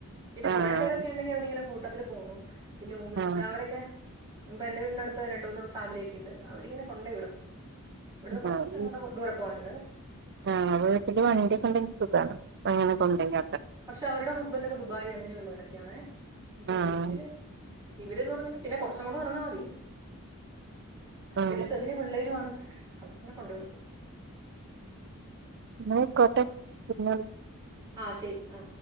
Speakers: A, on the right; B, on the right.
A: പിന്നെ
B: ആഹ്
A: കൊറേ പേരൊക്കെ ഉണ്ടെങ്കി അവനിങ്ങനെ കു ട്ടത്തിൽ പോന്നു പിന്നെ ഉമ്മ
B: ആഹ്
A: അവരൊക്കെ ഇപ്പൊ എന്റെ വീടിന്റെ അടുത്ത് രണ്ട് മൂന്ന് ഫാമിലിയൊക്കെ ഉണ്ട് അവരിങ്ങനെ കൊണ്ട് വിടും ഇവിടുന്ന് കുറച്ചും
B: ആഹ്
A: കൂടെ ദൂരെ പോകാനുണ്ട്.
B: ആഹ് വീട്ടില് വണ്ടിയൊക്കെ ഇണ്ടെങ്കി സുഖാണ് അങ്ങന കൊണ്ടായാക്ക
A: പക്ഷെ അവരുടെ ഹസ്ബൻഡ്ക്കെ ദുബായി അങ്ങനെയുള്ളവരൊക്കെയാണേ അപ്പൊ
B: ആഹ്
A: വീട്ടില് ഇവര്ന്ന് പറഞ്ഞാൽ പിന്നെ കുറച്ചും കൂടെ നടന്നാൽ മതി
B: ആഹ്
A: പിന്നെ ചെറിയ പിള്ളേരു ആണ്. <inaudible> ന്നെ കൊണ്ടു വിടും
B: ന്നായ്ക്കോട്ടെ പിന്നെ വിളി
A: ആ ശെരി ആ